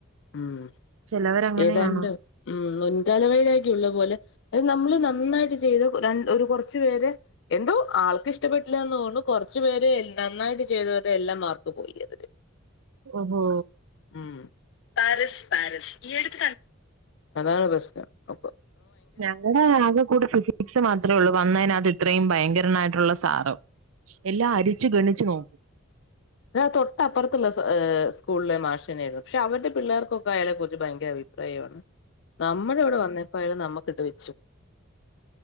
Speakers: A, on the left (about 60°); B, on the right (about 80°).
A: ഉ
B: ചിലവരങ്ങനെയാണോ
A: ഏതാണ്ട് ഉ മുൻകാല വൈരാഗ്യം ഉള്ള പോലെ അത് നമ്മള് നന്നായിട്ട് ചെയ്ത രണ്ട് ഒരു കുറച്ചു പേര് എന്തോ ആൾക്ക് ഇഷ്ടപ്പെട്ടില്ലന്നു കുറച്ചു പേരെ നന്നായിട്ട് ചെയ്തരെ എല്ലാം മാർക്ക് പോയി അതില്
B: ഓഹോ
A: ഉം പരിസ് പരിസ് ഈ എടുത്ത് ക നഓക്ക
B: ഞങ്ങളുടെ ആകെ കൂടെ ഫിസിക്സ് മാത്രമേ ഉള്ളൂ വന്നതിനകത്ത് ഇത്രയും ഭയങ്കരായിട്ടുള്ള സാറോ എല്ലാം അരിച്ചു ഗണിച്ചു നോക്കൂ
A: അത തൊട്ടപ്പുറത്തുള്ളഹ സ്കൂളില മാഷനായിരുന്നു പക്ഷെ അവരുടെ പിള്ളേർക്കൊക്കെ അയാലെ കു ഭയങ്കര അഭിപ്രായമാണ് നമ്മുടെ ഇവിടെ വന്നപ്പോാലും നമ്മക്ക് ഇ